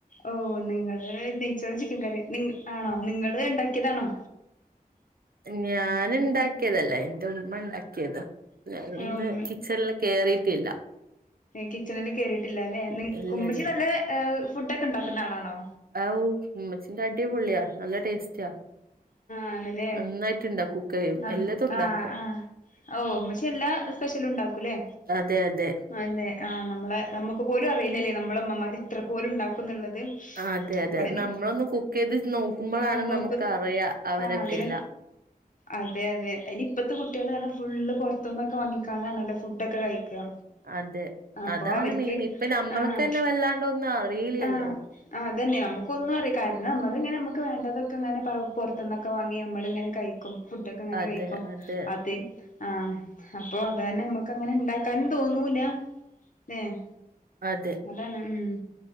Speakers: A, on the left; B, on the right.
A: ഓഹ് നിങ്ങള് നെയ്ച്ചോറും ചിക്കൻ കറിയും നിങ്ങ് ആണോ നിങ്ങള് ഉണ്ടാക്കിയതാണോ?
B: ഞാൻ ഇണ്ടാക്കിയതല്ല എന്റെ ഉമ്മ ഇണ്ടാക്കിയതാ ഞാൻ
A: ആ
B: ഇന്ന്
A: ഉമ്മ
B: കിച്ചണില് കേറീട്ടില്ല.
A: കിച്ചണില് കേറീട്ടില്ലാല്ലെ നി
B: ഇല്ല
A: ഉമ്മച്ചി
B: ഇല്ല
A: നല്ല ഏഹ് ഫുഡ് ഒക്കെ ഉണ്ടാക്കുന്ന ആളാണോ?
B: ആവു ഉമ്മച്ചിന്റെ അടി പൊളിയാ നല്ല ടേസ്റ്റാ.
A: ആണല്ലേ?
B: നന്നായിട്ട്ണ്ടാ കുക്ക് ചെയ്യും
A: ആഹ്
B: എല്ലതും ഉണ്ടാക്കും
A: ആഹ് ഓഹ് ഉമ്മച്ചി എല്ലാ സ്പെഷ്യലും ഉണ്ടാക്കുംല്ലേ?
B: അതെ അതെ
A: അതെ ആഹ് നമ്മളെ നമ്മുക്ക് പോലും അറിയില്ലല്ലേ നമ്മളെ ഉമ്മമാര് ഇത്ര പോലും ഉണ്ടാക്കുന്നുള്ള ത്.
B: അതെ
A: നമ്മള്
B: അതെ
A: അയിന്
B: നമ്മളൊന്ന് കുക്ക് ചെയ്ത് നോക്കുമ്പോഴാണ്
A: ആഹ് നോക്കുന്നി
B: നമുക്ക് അറിയാ അവരെ
A: ആഹ് അതിന്
B: വെല
A: അതെ അതെ അയിന് ഇപ്പത്തെ കുട്ടികളെന്ന് പറഞ്ഞാ ഫുള്ള് പൊറത്തുന്നൊക്കെ വാങ്ങിക്കാനാണല്ലേ ഫുഡൊക്കെ കയ്ക്ക
B: അതെ
A: അപ്പോ
B: അതാണ്
A: അവർക്ക്
B: മെയിൻ ഇപ്പൊ നമ്മൾക്ക്
A: ആഹ്
B: തന്നെ വല്ലാണ്ടൊന്നും അറിയില്ലല്ലോ
A: ആഹ് അതന്നെ നമുക്കൊന്നും അറിയില്ല
B: അ
A: കാരണം നമ്മളിങ്ങനെ നമുക്ക് വേണ്ടതൊക്കെ ഇങ്ങനെ പ പൊറത്ത്ന്നൊക്കെ വാങ്ങി നമ്മളിങ്ങനെ കഴിക്കും ഫുഡൊക്കെ ഇങ്ങനെ
B: അതെ
A: കഴിക്കും
B: അതെ
A: അത് ആഹ് അപ്പോ അതന്നെ നമ്മക്ക് അങ്ങനെ ഇണ്ടാക്കാനും തോന്നൂലാ ഏഹ്
B: അതെ
A: അതാണ് ഉമ്